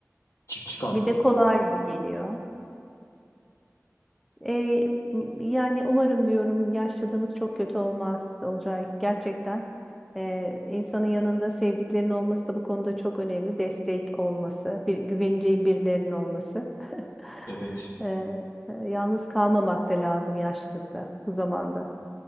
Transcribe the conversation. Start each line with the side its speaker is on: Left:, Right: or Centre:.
Left: Çiftçi kalmadı.
Centre: Bir de kolay geliyor. Ee, yani umarım diyorum yaşlılığımız çok kötü olmaz Olcay. Gerçekten ee, insanın yanında sevdiklerinin olması da bu konuda çok önemli. Destek olması, bir güveneceğin birilerinin olması. <laughs>
Left: Evet,
Centre: Ee, e, yalnız kalmamak da lazım yaşlılıkta bu zamanda.